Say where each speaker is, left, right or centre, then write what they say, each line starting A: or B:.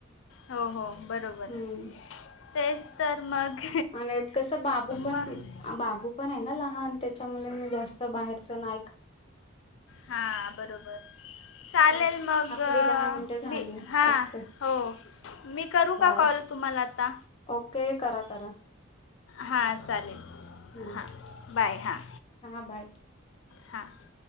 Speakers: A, on the left (about 70°); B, on the left (about 25°).
A: हो हो बरोबर
B: हम्म
A: तेच तर मग
B: आणि कस बाबू पण
A: मग
B: फि बाबू पण आहे ना लहान त्याच्यामुळे मी जास्त बाहेरच नाय खात
A: हा बरोबर चालेल
B: हम्म.
A: मग
B: आपली दहा मिनिटं झाली
A: मी हां
B: ओके
A: हो मी करू
B: बाय
A: का कॉल तुम्हाला आता?
B: ओके करा करा
A: हां चालेल
B: हम्म
A: हां बाय हां
B: हा बाय.
A: हां.